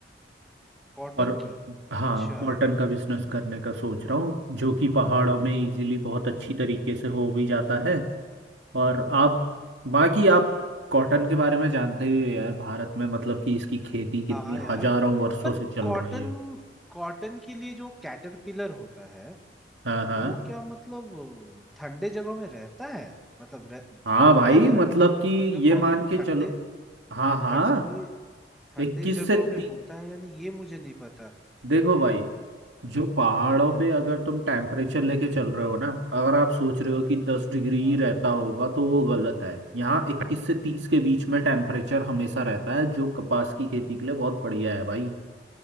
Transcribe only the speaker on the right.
और
हाँ
कॉटन का बिजनेस करने का सोच रहा हूँ जो कि पहाड़ों में इजीली बहुत अच्छी तरीके से हो भी जाता है और आप बाकी आप कॉटन के बारे में जानते ही हो यार भारत में मतलब कि इसकी खेती कितनी
हजारों वर्षों
से चल
रही है
हाँ हाँ
हाँ
भाई
मतलब
कि
ये
मान के
चलो हाँ हाँ
इक्कीस
से ती...
देखो भाई जो पहाड़ों पे अगर तुम टेम्परेचर लेके चल रहे हो ना अगर आप सोच रहे हो कि दस डिग्री
ही रहता होगा तो वो गलत है यहाँ इक्कीस से तीस के बीच में टेम्परेचर हमेशा रहता है जो कपास की खेती के लिए बहुत बढ़िया है भाई